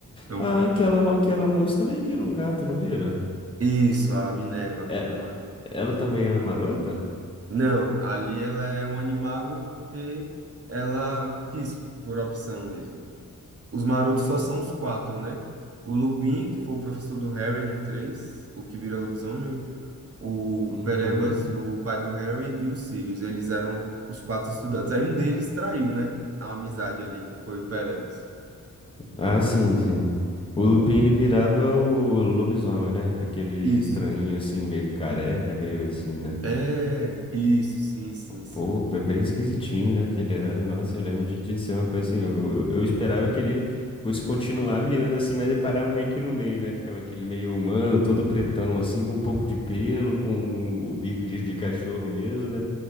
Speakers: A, on the right; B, on the left.
A: Então,
B: Ah, aquela, mo- aquela moça também vira um gato, não vira?
A: Isso, a Minerva.
B: É,
A: Uhum.
B: ela também é marota?
A: Não, ali ela é um animago porque ela quis, por opção mesmo. Os marotos só são os quatro, né? O Lupin, que foi o professor do Harry no 3 o que vira lobisomem, o
B: Uhum.
A: Perebas, o pai do Harry, e o Sirius. Eles eram os quatro estudantes. Aí um deles traiu, né? A amizade ali, que foi o Perebas.
B: Ah, sim, sim. O Lupin, ele virava o lobisomem, né? Aquele
A: Isso.
B: estranhinho, assim, meio careca, meio assim, né?
A: É, isso, sim, sim, sim.
B: Pô, bem bem esquisitinho, né, que ele era. Nossa, eu lembro de, de ser uma coisa assim. Eu, eu- eu esperava que ele fosse continuar virando assim, mas ele parava meio que no meio, né? Ficava aquele meio humano, todo pretão, assim, com um pouco de pelo, com o bico de, de cachorro mesmo, né?